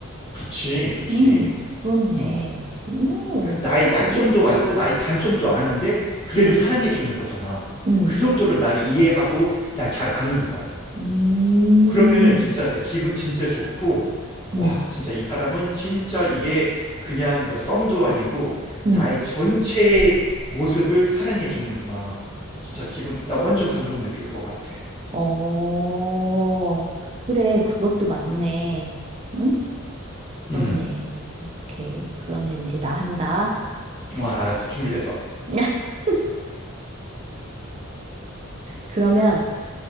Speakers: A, on the left; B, on the right.
A: 그치, 그치.
B: 응, 그렇네.
A: 뭐
B: 응,
A: 그러니까 나의 약점도
B: 그래.
A: 알고 나의 단점도 아는데 그래도
B: 응,
A: 사랑해 주는 거잖아.
B: 응,
A: 그 정도로 나를 이해하고 날 잘 아는 거야.
B: 음,
A: 그러면은 진짜 나 기분 진짜 좋고
B: 응,
A: 와 진짜 이 사람은 진짜 이게 그냥 뭐 썸도 아니고
B: 응,
A: 나의 전체의 모습을 사랑해 주는구나. 진짜 기분 나 완전 감동 느낄 것 같아.
B: 어, 그래, 그것도 맞네. 응?
A: 음,
B: 그렇네. 오케이. 그러면 이제 나 한다.
A: 어, 알았어 준비됐어.
B: <laughs> 그러면